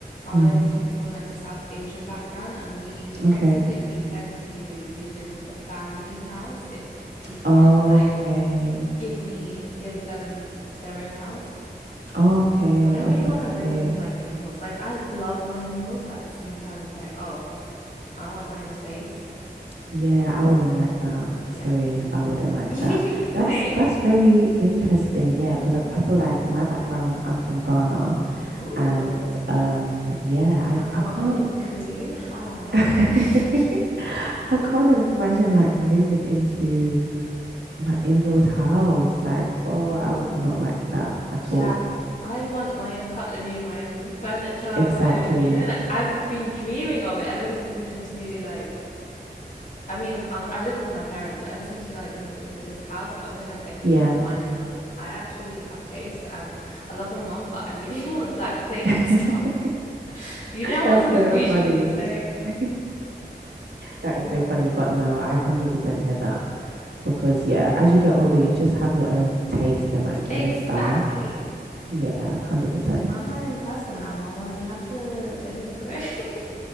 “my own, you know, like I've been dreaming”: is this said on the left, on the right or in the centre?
Left